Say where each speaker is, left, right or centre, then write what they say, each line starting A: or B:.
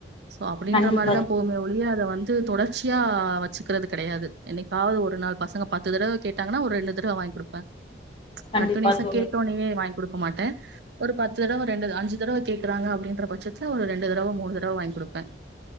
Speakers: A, on the right; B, on the left.
A: சோ அப்டின்ற
B: கண்டிப்பா
A: மாரிதா
B: தோழி.
A: போவோமே ஒழிய அத வந்து தொடர்ச்சியா வச்சுக்கிறது கிடையாது என்னைக்காவது ஒரு நாள் பசங்க பத்து தடவ கேட்டாங்கன ஒரு ரெண்டு தடவ வாங்கி குடுப்பே
B: கண்டிப்பா
A: கண்டினியூசா
B: தோழி
A: கேட்டோனே வாங்கி கொடுக்க மாட்டேன் ஒரு பத்து தடவை ரெண்டு அஞ்சு தடவ கேட்கறாங்க அப்டின்ற பட்சத்துல ஒரு ரெண்டு தடவ மூணு தடவ வாங்கி கொடுப்பன்